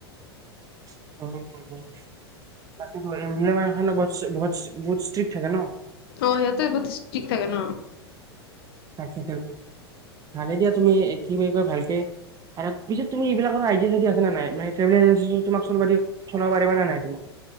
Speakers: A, on the right; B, on the left.
A: <inaudible> বাচ, এইটো এড ভি আই <unintelligible> বত বহুত ষ্টিক থাকে ন?
B: অ, সিহঁতে বহুত ষ্টিক থাকে ন
A: তাকেতো, ভালে দিয়া তুমি কি বুলি কয়, ভালকে, এনে পিছত তুমি এইবিলাকৰ আইডিয়া চাইডিয়া আছে নে নাই? মানে ট্ৰেভেল যদি তোমাক চলাব দিয়ে চলাব পাৰিবা নে নাই তুমি?